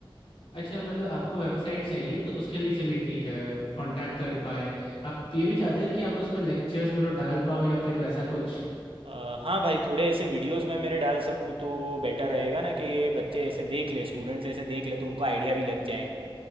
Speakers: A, on the left (about 80°); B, on the right (about 75°).
A: अच्छा मतलब आपको वेबसाइट चाहिए तो उसके लिए चलिए ठीक है कांटेक्ट कर पाए आप ये भी चाहते हो कि आप उस पर लेक्चर्स मतलब डाल पाओ या फिर वैसा कुछ
B: अ, हाँ भाई थोड़े ऐसे वीडियोस मैं मेरे डाल सकूँ तो बेटर रहेगा ना कि बच्चे ऐसे देख ले स्टूडेंट्स ऐसे देख ले तो उनको आइडिया भी लग जाए